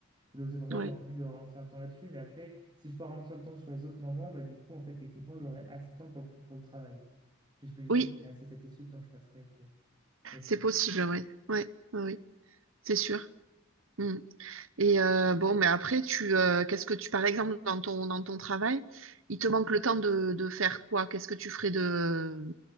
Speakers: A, on the right; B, on the right.
A: Et donc, c'est pour ça
B: ouais.
A: que j'aurais envie de ralentir le temps là-dessus. Mais après, si je peux ralentir le temps sur les autres moments, bah, du coup, en fait, techniquement, j'aurai assez de temps pour le, pour le travail. Puisque du
B: Oui,
A: coup, je serai assez satisfait du temps que je passerai avec euh, mes proches.
B: c'est possible, ouais. Ouais, ouais, oui, c'est sûr. Mm. Et euh, bon, mais après, tu euh, qu'est-ce que tu, par exemple, dans ton dans ton travail, il te manque le temps de, de faire quoi? Qu'est-ce que tu ferais de